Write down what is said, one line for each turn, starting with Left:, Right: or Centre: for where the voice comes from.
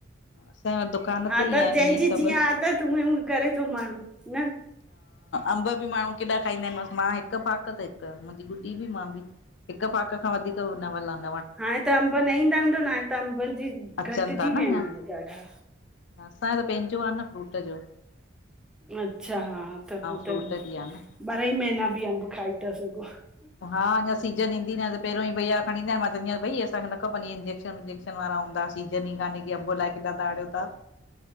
Left: असांजे दुकान ते
Centre: आदत
Left: ई आहिनि
Centre: जंहिंजी
Left: इहे सभु
Centre: जीअं आदत एंं ऊं करे थो माण्हू न
Left: अंब बि माण्हू केॾा खाईंदा आहिनि बस मां हिक फाक त हिक मुंहिंजी गुॾी बि मां बि हिक फाक खां वधीक न हलंदो <unintelligible>
Centre: हाणे त अम्ब न ईंदा हूंदा न हाणे त अम्बनि जी
Left: अचनि
Centre: घटिजी
Left: था
Centre: विया
Left: न
Centre: आहिन
Left: अञा
Centre: हाणे ॾाढा
Left: असांजो त पंहिंजो आ न फ्रूट जो
Centre: अच्छा हा त पो
Left: फ्रूट
Centre: त
Left: जी आ न
Centre: ॿारा ई महीना बि अंब खाई था सघो
Left: हा अञा सीजन ईंदी ना ए त पहिरों ई भईया खणी ईंदा मां चवंदी आहियां भई असांखे न खपनि इये इंजेक्शन विंजेक्शन वारा हूंदा सीज़न ई काने की अंब अलाइ किथां ता आड़ियो तां